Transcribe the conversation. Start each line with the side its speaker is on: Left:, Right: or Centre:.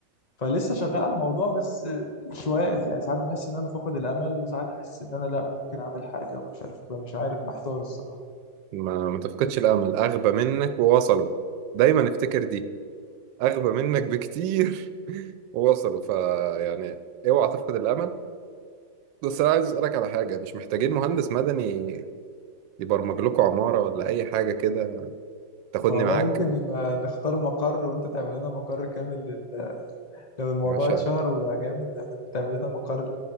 Left: فلسه شغال على الموضوع بس شوية يعني ساعات بحس إن أنا فاقد الأمل وساعات أحس إن أنا لأ ممكن أعمل حاجة ومش عارف مش عارف محتار الصراحة
Right: ما ما تفقدش الامل اغبى منك ووصلوا دايما افتكر دي اغبى منك بكتير <laughs> ووصلوا فيعني اوعى تفقد الامل بس انا عايز اسالك على حاجه مش محتاجين مهندس مدني يبرمج لكم عماره ولا اي حاجه كده تاخدني
Left: والله
Right: معاك
Left: ممكن نبقى نختار مقر وأنت تعمل لنا مقر كامل لل... <laughs> لو الموضوع
Right: يا باشا
Left: اتشهر وبقى جامد نعمل تعمل لنا مقر